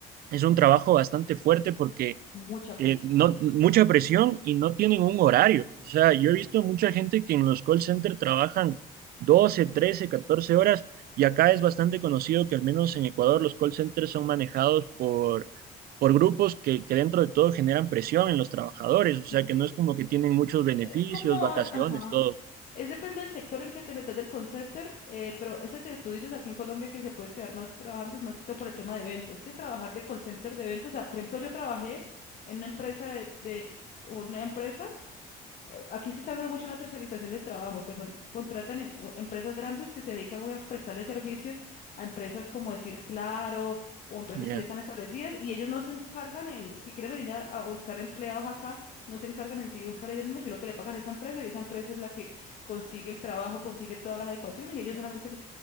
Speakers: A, on the right; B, on the left.
A: es un trabajo bastante fuerte porque
B: mucha presión.
A: eh, no, mucha presión y no tienen un horario. O sea, yo he visto mucha gente que en los call centers trabajan 12 13 14 horas y acá es bastante conocido que al menos en Ecuador los call centers son manejados por, por grupos que, que dentro de todo generan presión en los trabajadores. O sea,
B: Sí,
A: que no
B: eh,
A: es como que tienen muchos beneficios,
B: es como,
A: vacaciones,
B: ajá.
A: todo.
B: Es depende del sector en que te metas del call center, eh, pero eso que tú dices aquí en Colombia que se puedes quedar más trabajando es más que todo por el tema de ventas. Es que trabajar de call center de ventas, o sea, por ejemplo, yo trabajé en una empresa de de- una empresa eh, Aquí se está viendo mucho la tercerización del trabajo, que son, contratan em- u- empresas grandes que se dedican a prestarle servicios a empresas como decir Claro o empresas
A: Ya.
B: que ya están establecidas y ellos no se encargan en, que quieren venir a, a buscar empleados acá, no se encargan en sí de buscar ellos mismos, sino que le pagan a esa empresa y esa empresa es la que consigue el trabajo, consigue todas las adecuaciones y ellos solamente le,